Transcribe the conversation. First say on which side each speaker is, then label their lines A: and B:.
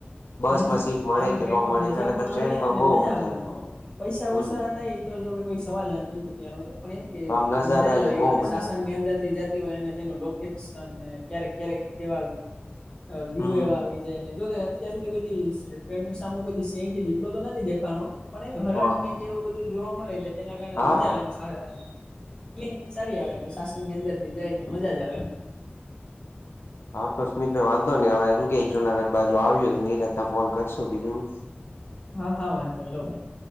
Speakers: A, on the left; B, on the left.
A: બસ
B: હમ
A: માં સીટ મળે
B: આમ
A: કે
B: ટ્રેનમાં
A: ન મળે
B: મજા
A: એના કરતા
B: પણ
A: ટ્રેનમાં
B: આવે અને
A: બહુ
B: મજા
A: આવે
B: પૈસા
A: હમ
B: ઓસા થાય. કોઈ સવાલ નથી રૂપિયા ન તો પણ એમ કે
A: આમ નજારા
B: મજા જ આવે
A: ને બહુ
B: કેમ કે
A: મજા
B: શાસન
A: આવે
B: ની અંદર થી જા ય અને તેનું લોકેશન ક્યારેક ક્યારેક તેવા અ વ્યુ
A: હમ
B: એવા આવી જાય ને જો કે. અત્યાર સુધી કોએ દિ ટ્રેન સામે કોઈ શેંર દીપડો તો નથી દેખાણો પણ એ હરણ
A: હા હા
B: તેવું બધું જોવા મળે એટલે તેના કારણે
A: હા
B: મજા આવે એમ. ફિલિંગ સારી આવે કે શાસન ની અંદર થી જાય તો મજા જ આવે.
A: હા તો સ્મિતભાઈ વાંધો નને હ હું કે જુનાગઢ બાજુ આવ્યું તો ની રાતના ફોન કરશું બીજું હું.
B: હા હા વાઘો ન‌ઈ લો ભાઈ.